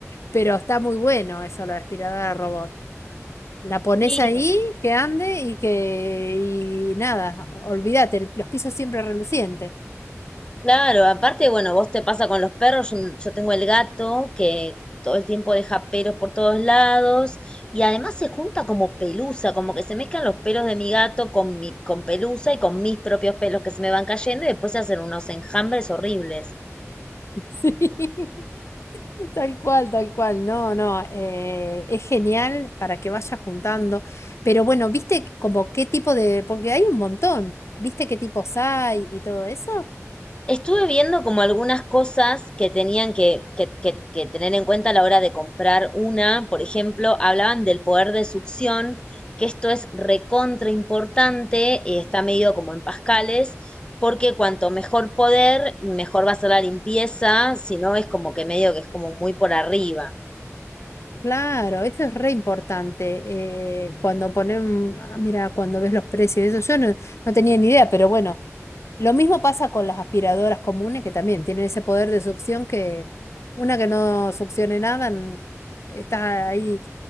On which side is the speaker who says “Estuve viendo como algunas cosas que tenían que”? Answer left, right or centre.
Left